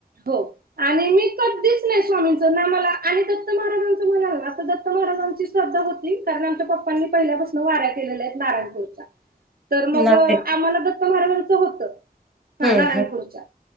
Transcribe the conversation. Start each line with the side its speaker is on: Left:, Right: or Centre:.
Right: हो... आणि मी कधीच नाही स्वामीचं ना मला आणि दत्त महाराजांचं म्हणालं आता दत्त महाराजांची. श्रद्धा होती कारण आमच्या पप्पांनी पहिल्यापासून वाऱ्या केलेल्या आहेत नारायणपूर.
Centre: <inaudible>
Right: तर मग
Centre: नारायण
Right: आम्हाला दत्त महाराजांच होत. हा
Centre: हम्म
Right: नारायणपूरच्या.
Centre: हम्म